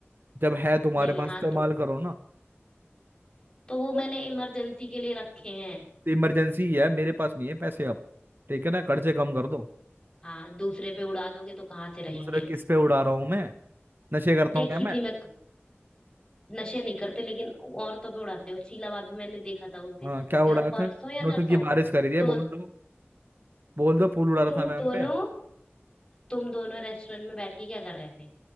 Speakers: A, on the right; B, on the left.
A: जब है तुम्हारे
B: नहीं
A: पास
B: हाँ
A: इस्तेमाल
B: तो
A: करो ना
B: तो वो मैंने इमरजेंसी के लिए रखे हैं
A: तो इमरजेंसी है मेरे पास नहीं है पैसे अब ठीक है ना खर्चे कम कर दो
B: हाँ दूसरे पे उड़ा दोगे तो कहाँ से रहेंगे
A: दूसरा किस पे उड़ा रहा हूँ मैं नशे करता
B: देखी
A: हूँ क्या मैं
B: थी मैं नशे नहीं करते लेकिन औरतों पे उड़ाते हो शीला भाभी मैंने देखा था उस दिन
A: हाँ क्या उड़ाया
B: अ, परसों
A: था
B: या
A: नोटों
B: नरसों
A: की बारिश करी है
B: तो
A: बोल दो बोल दो फूल उड़ा रहा
B: तुम
A: था मैं उनपे
B: दोनों तुम दोनों रेस्टोरेंट में बैठ के क्या कर रहे थे